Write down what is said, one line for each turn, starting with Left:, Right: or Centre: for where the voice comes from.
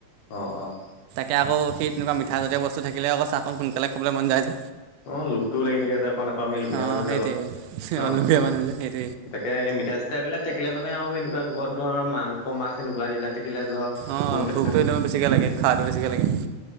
Left: অ অঁ
Right: এতি আকৌ স তেনেকুৱা মিঠা জাতীয় বস্তু থাকিলে আকৌ সোনকালে খাবলৈ মন যায়
Left: অ লোভটোও লাগি থাকে যে অকণ আকৌ আমি লোভীয়া
Right: অ
Left: মানুহ যে
Right: সেইটোয়ে
Left: অলপ অ
Right: অলীয়া
Left: অ
Right: মানুহ যে সেইটো
Left: তাকে মিঠাই চিঠাই বিলাক থাকিলে মানে আৰু এনেকুৱা ঘৰত ধৰ মাংস মাছ এনেকুৱা এইবিলাক থাকিলে ধৰ
Right: অ
Left: সোনকালে
Right: ভোকটো বেছিকে লাগে খোৱাটো বেছিকে লাগে